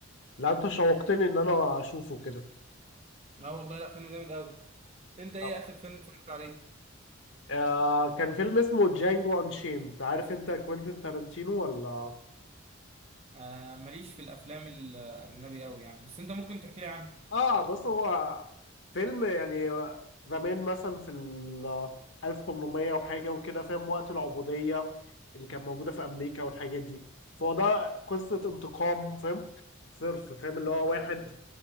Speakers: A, on the left (about 60°); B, on the right (about 30°).
A: لا انت شوقتني ان انا اشوفه كده
B: لا والله لا فيلم جامد قوي انت ايه
A: طب
B: اخر فيلم اتفرجت عليه
A: آه كان فيلم اسمه جانجو انشيند عارف انت كوينتين تارانتينو ولا
B: آه ماليش في الافلام الاجنبي قوي يعني بس انت ممكن تحكي لي عنه
A: اه بص هو فيلم يعني زمان مثلا في ال 1800 وحاجه وكده فاهم وقت العبوديه اللي كانت موجوده في امريكا والحاجات دي فهو ده قصه انتقام فاهم صرف فاهم اللي هو واحد